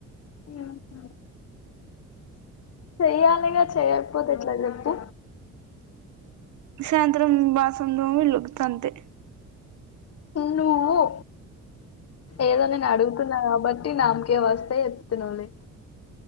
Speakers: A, on the left; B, on the right.
A: ఆహా చెయ్యాలిగా చేయకపోతే ఎట్లా చెప్పు
B: సాయంత్రం బసన్లుతోమి ఇళ్లులుడుతాంతే
A: నువ్వు ఏదో నేను అడుగుతున్నా కాబట్టి నామకే వస్తే చెప్తున్నావులే